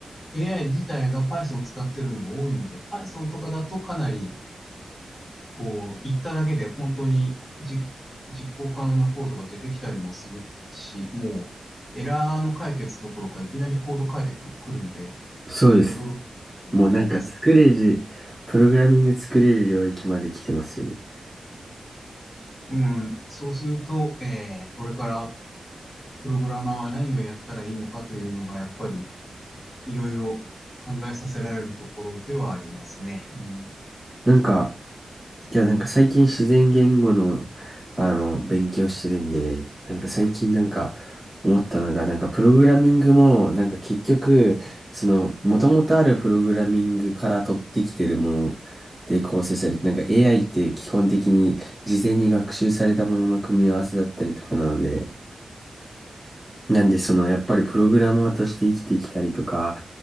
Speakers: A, on the left; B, in the centre.
A: AI 自体が Python を使ってるのが多いので、Python とかだとかなり、こう、言っただけで本当にじ実行可能なコードが出てきたりもするし、もう、エラーの解決どころかいきなりコード書いてくくるんで、
B: そうです。
A: 驚くのがあります。
B: もうなんか作れる、プログラミング作れる領域まで来てますよね。
A: うん、そうすると、えーこれからプログラマーは何をやったらいいのかというのが、やっぱりいろいろ考えさせられるところではありますね。うん。
B: なんか、いや、なんか最近自然言語の、あの、勉強してるんで、なんか最近なんか思ったのが、なんかプログラミングも、なんか結局、その、元々あるプログラミングから取ってきてるもので構成されて、なんか AI って基本的に事前に学習されたものの組み合わせだったりとかなので、なんでその、やっぱりプログラマーとして生きてきたりとか、